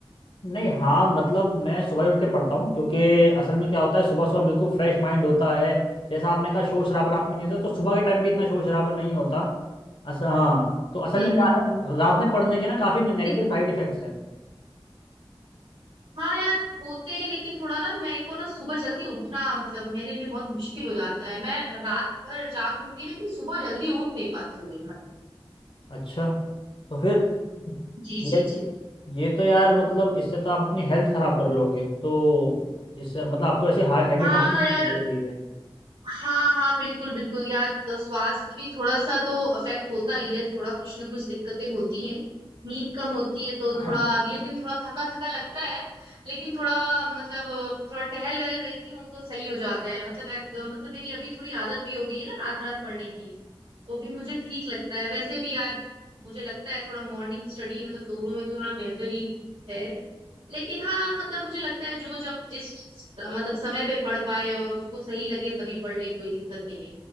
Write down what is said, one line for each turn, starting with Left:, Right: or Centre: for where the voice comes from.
Left: नहीं हाँ मतलब मैं सुबह ही उठ के पढ़ता हूँ क्योंकि असल में क्या होता है सुबह सुबह बिल्कुल फ्रेश माइंड होता है जैसा आपने कहा शोर शराबा रात में नहीं होता तो सुबह के टाइम पे इतना शोर शराबा नहीं होता अच्छा हाँ तो असल
Right: हम्म
Left: में क्या
Right: हम्म हम्म।
Left: है रात में पढ़ने के ना काफ़ी नेगेटिव
Right: दिक-
Left: साइड इफेक्ट्स हैं
Right: हाँ यार होते हैं लेकिन थोड़ा ना मेरे को ना सुबह जल्दी उठना मतलब मेरे लिए बहुत मुश्किल हो जाता है मैं रात भर जाग लूंगी लेकिन सुबह जल्दी उठ नहीं पाती हूँ
Left: अच्छा तो फिर
Right: जी
Left: ये
Right: जी जी
Left: ये तो यार मतलब इससे तो आप अपनी हेल्थ खराब कर लोगे तो इससे मतलब आपको ऐसे हैबिट
Right: हाँ
Left: डालनी चाहिए
Right: यार
Left: धीरे धीरे
Right: हाँ हाँ बिल्कुल बिल्कुल यार तो स्वास्थ्य भी थोड़ा सा तो अफेक्ट होता ही है थोड़ा कुछ ना कुछ दिक्कतें होती हैं नींद कम होती है तो
Left: अच्छा
Right: थोड़ा अगले दिन थोड़ा थका थका लगता है लेकिन थोड़ा मतलब थोड़ा टहल वहल रहती हूँ तो सही हो जाता है मतलब एक, मतलब मेरी अभी थोड़ी आदत भी हो गई है ना रात रात पढ़ने की तो भी मुझे ठीक लगता है वैसे भी यार मुझे लगता है थोड़ा मॉर्निंग स्टडी मतलब दोनों में तो थोड़ा बेहतर ही है लेकिन हाँ मतलब मुझे लगता है जो जब जिस मतलब समय पे पढ़ पाए और उसको सही लगे तभी पढ़ ले कोई दिक्कत नहीं है